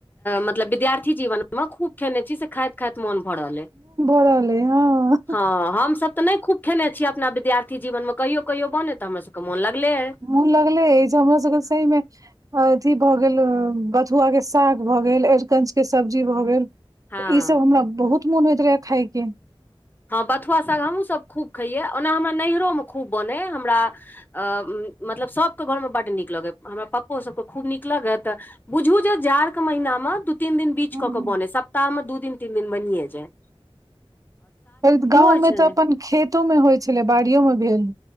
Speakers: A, on the left; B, on the right.
A: मतलब विद्यार्थी जीवनमे खूब खेने छी से खाइत खाइत मोन भऽ रहल अइ।
B: <unintelligible> ले हँ
A: हँ हमस तऽ नहि खूब खेने छीियै अपना विद्यार्थी जीवन मे कहियो कहियो बने तऽ हमर सब मन लागलै ऐ।
B: मुंह लगले ऐछ हमरो सबके सही मे अथी भऽ गेल <unintelligible> बथुआ के साग भऽ गेल अरिकंच के सब्जी भए गेल
A: हँ
B: ई सब हमरा बहुत मोन होयत रहेय खाइके।
A: हँ बथुआ साग हमहूँ सभ खूब खैयै ओना हमरा नैहरो मे खूब बनै हमरा अ मतलब सभके घरमे बड्ड नीक लगय हमरा पप्पो सभके खूब नीक लगत। बुझू जे जाड़के महिनामे दू तीन दिन बीच
B: हम्म,
A: कऽ
B: हम्म।
A: कऽ बने सप्ताहमे दू दिन तीन दिन बनिय जाय।
B: गाँंव
A: होइ
B: में
A: छै
B: तऽ अपन खेतो में होइ छलै बाड़ियो में भेल।